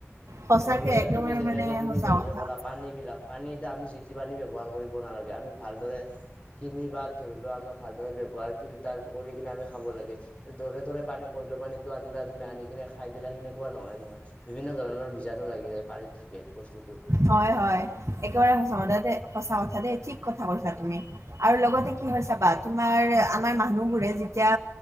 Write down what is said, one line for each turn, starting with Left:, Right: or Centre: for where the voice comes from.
Right: সঁচাকে
Left: আৰু ধৰি ল যা
Right: একেবাৰে
Left: তুমি যেনেকে
Right: মানে
Left: তুমি
Right: সঁচা
Left: যেনেকে
Right: কথা
Left: কলা। পানী বিলাক পানীতিয়া আমি যিটি পানী ব্যৱহাৰ কৰিব নালাগে আমি ভালদৰে তিনি বাৰ ধৰি লও আমাৰ ভালদৰে ব্যৱহাৰ ফিল্টাৰ কৰি কিনে আমি খাব লাগে। যৰে তৰে পানী কৰিলো পানীতটো আনিলা তুমি আনি কিনে খাই দিলা সেনেকুৱা নহয় নহয়। বিভিন্ন ধৰণৰ বীজাণু লাগি যায় পানীত থাকে বস্তুটো।
Right: হয় হয়। একেবাৰে সঁচা কথা দে সঁচা কথা দেই, ঠিক কথা কৈছা তুমি। আৰু লগতে কি হয় চাবা- তোমাৰ আমাৰ মানুহবোৰে যেতিয়া